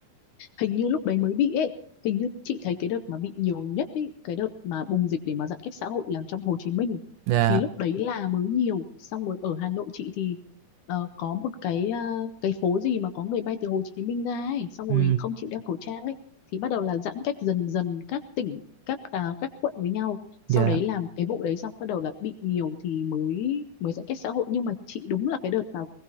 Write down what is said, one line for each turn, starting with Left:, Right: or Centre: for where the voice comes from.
Left: hình như lúc đấy mới bị ấy hình như chị thấy cái đợt mà bị nhiều nhất ấy cái đợt mà bùng dịch để mà giãn cách xã hội là trong Hồ Chí Minh
Right: dạ
Left: thì lúc đấy là mới nhiều xong rồi ở Hà Nội chị thì ờ, có một cái ờ, cái phố gì mà có người bay từ Hồ Chí Minh ra ấy xong
Right: ừ
Left: rồi không chịu đeo khẩu trang ấy thì bắt đầu là giãn cách dần dần các tỉnh các à, các quận với nhau sau
Right: dạ
Left: đấy làm cái vụ đấy xong bắt đầu là bị nhiều thì mới mới giãn cách xã hội nhưng mà chị đúng là cái đợt mà